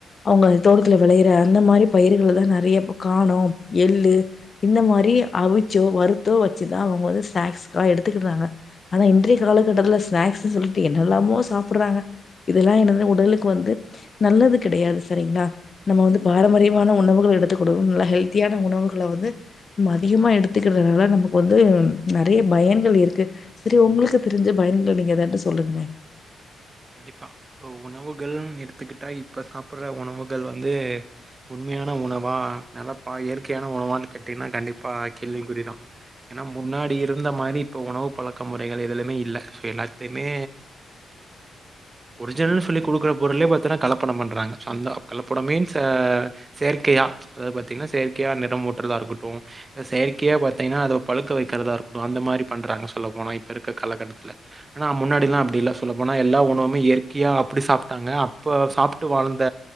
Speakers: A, on the left; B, on the right.
A: அவுங்க தோட்டத்துல வெளையிற அந்த மாரி பயிர்கள தா நெறைய இப்ப காணோ எள்ளு இந்த மாரி அவிச்சோ வருத்தோ வச்சுதா அவுங்க வந்து ஸ்நாக்ஸ்கா எடுத்துக்கிறாங்க ஆனா இன்றைய காலகட்டத்துல ஸ்நாக்ஸ்ன்னு சொல்லிட்டு என்னெல்லாமோ சாப்புறாங்க இதெல்லா என்னது உடலுக்கு வந்து நல்லது கெடையாது சரிங்ளா நம்ம வந்து
B: ம்
A: பாரம்பரியமான
B: ம்
A: உணவுகள் எடுத்து குடு நல்ல ஹெல்தியான உணவுகள வந்து நம்ம அதிகமா எடுத்துக்கறதுனால நமக்கு வந்து நெறைய பயன்கள் இருக்கு செரி உங்களுக்கு தெரிஞ்ச பயன்ங்கள் நீங்க ஏதாட்டு சொல்லுங்களே
B: கண்டிப்பா சோ உணவுகள்னு எடுத்துக்கிட்டா இப்ப சாப்புற உணவுகள் வந்து உண்மையான உணவா நெலப்பா இயற்கையான உணவா கேட்டீங்கனா கண்டிப்பா கேள்விக்குறிதா ஏன்னா முன்னாடி இருந்த மாரி இப்ப உணவு பழக்க முறைகள் எதுலுமே இல்ல எல்லாத்துலயுமே
A: <inaudible>
B: ஒரிஜினல்ன்னு சொல்லி குடுக்கற பொருலே பாத்தீன்னா கலப்பட பண்றாங்க சோ அந்த கலப்படமே மீன்ஸ் ஆ செயற்கையா அதாவது பாத்தீங்கனா செயற்கையா அந்த இட ஓட்றதா இருக்கட்டு செயற்கையா பாத்தீங்கனா அத பழுக்க வேக்கிறதா இருக்கட்டு அந்த மாரி பண்றாங்க சொல்ல போனா இப்ப இருக்கற காலக்கட்டத்துல ஆன முன்னாடி எல்லா அப்டி இல்ல சொல்ல போனா எல்லா உணவுமே இயற்கையா அப்டி சாப்ட்டாங்க அப்ப சாப்ட்டு வாழ்ந்த